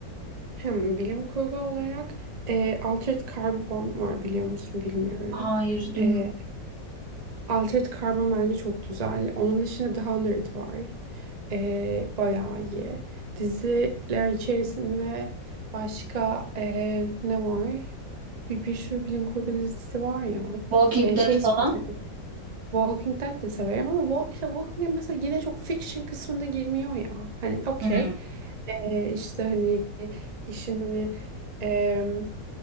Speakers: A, on the right; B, on the right.
A: Hem bilim kurgu olarak e, Altered Carbon var biliyor musun bilmiyorum.
B: Hayır duymadım.
A: E, Altered Carbon bence çok güzel. Onun dışında The Hundred var. Ee, bayağı iyi. Diziler içerisinde başka ee, ne var? Bir, bir sürü bilim kurgu dizisi var ya.
B: Walking
A: Ee,
B: Dead
A: şey
B: falan?
A: çok severim. Walking Dead de severim ama Walk, işte Walking Dead mesela yine çok fiction kısmına girmiyor ya. Hani okey.
B: Hmm.
A: Ee, işte hani işin hani ee,